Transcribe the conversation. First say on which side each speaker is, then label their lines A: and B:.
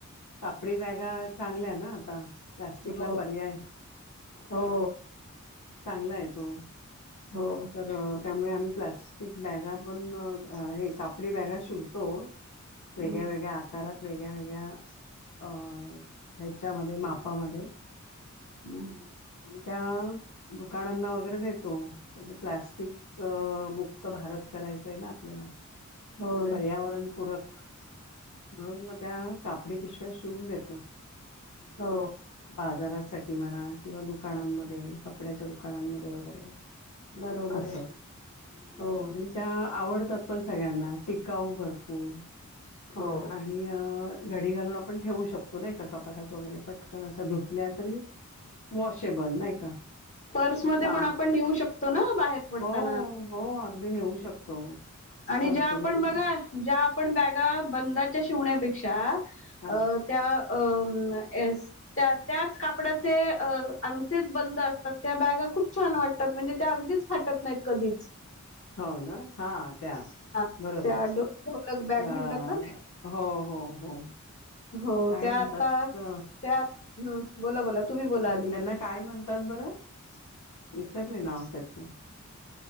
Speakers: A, on the left (about 75°); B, on the left (about 45°).
A: कापडी बॅगा चांगल्या ना आता? प्लास्टिकला
B: हो
A: पर्याय,
B: हो
A: चांगला आहे तो.
B: हो
A: तर त्यामुळे आम्ही प्लास्टिक बॅगा पण हे कापडी बॅगा शिवतो. वेगळ्या
B: हम्म
A: वेगळ्या आकारात वेगळ्या वेगळ्या अं ह्याच्यामध्ये मापामध्ये.
B: हम्म.
A: आणि त्या दुकानांना वगैरे देतो. म्हणजे प्लाटिक मुक्त भारत करायचंय ना आपल्याला
B: होय
A: पर्यावरणपूरक म्हणून मग त्या कापडी पिशव्या शिवून देतो,
B: हो
A: बाजारासाठी म्हणा किंवा दुकानांमध्ये, कपड्याच्या दुकानांमध्ये वगैरे
B: बरोबर
A: असं,
B: आहे हो
A: आणि त्या आवडतात. पण सगळ्यांना टिकाऊ भरपूर
B: हो
A: आणि अं घडी घालून आपण ठेवू शकतो नाहि का कपाटात वगैरे पटकन अशा धुतल्या तरी वॉशेबल नाही का?
B: पर्समध्ये
A: का
B: पण आपण नेऊ शकतो ना बाहेर पडताना?
A: हो, हो अगदी नेऊ शकतो.
B: आणि
A: पर्समध्ये
B: ज्या आपण बघा
A: ठेवून
B: ज्या आपण बॅगा बंदाच्या शिवण्यापेक्षा
A: हां,
B: अं त्या अं <unintelligible> त्या त्याच कापडाचे अंगचेच बंद असतात, त्या बॅगा खूप छा छान वाटतात, म्हणजे त्या अगदिच फाटत नाही कधी.
A: हो ना, हा त्या
B: त्या
A: बरोबर.
B: ढोलक बॅग
A: अ,
B: म्हणतात ना.
A: हो, हो, हो.
B: हो
A: काय
B: त्या
A: म्हणतात
B: आत्ता
A: अ,
B: त्या बोला बोला. तुम्ही बोला आधी
A: त्यांना काय म्हणतात बरं? विसरले नाव त्याचं.